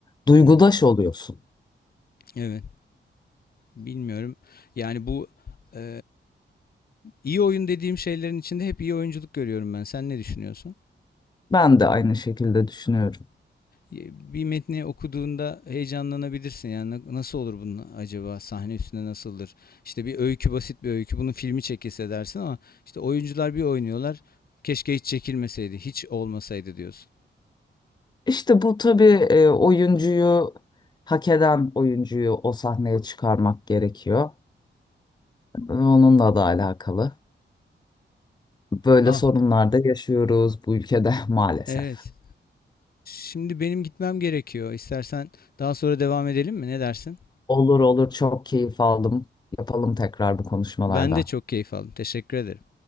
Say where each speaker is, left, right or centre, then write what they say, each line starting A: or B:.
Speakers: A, on the left (about 20°); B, on the left (about 50°).
A: Duygudaş
B: Evet.
A: oluyorsun.
B: Evet, bilmiyorum. Yani bu e, iyi oyun dediğim şeylerin içinde hep iyi oyunculuk görüyorum ben. Sen ne düşünüyorsun?
A: Ben de aynı şekilde düşünüyorum.
B: E, Bir metni okuduğunda heyecanlanabilirsin. Yani na- nasıl olur bunun acaba? Sahne üstünde nasıldır? İşte bir öykü basit bir öykü. Bunun filmi çekilse dersin ama işte oyuncular bir oynuyorlar. Keşke hiç çekilmeseydi, hiç olmasaydı diyorsun.
A: İşte bu tabii e, oyuncuyu hak eden oyuncuyu o sahneye çıkarmak gerekiyor. E, Onunla da alakalı. Böyle
B: Ah
A: sorunlar da yaşıyoruz bu ülkede <laughs> maalesef.
B: Evet. Şimdi benim gitmem gerekiyor. İstersen daha sonra devam edelim mi? Ne dersin?
A: Olur olur çok keyif aldım. Yapalım tekrar bu konuşmalardan.
B: Ben de çok keyif aldım. Teşekkür ederim.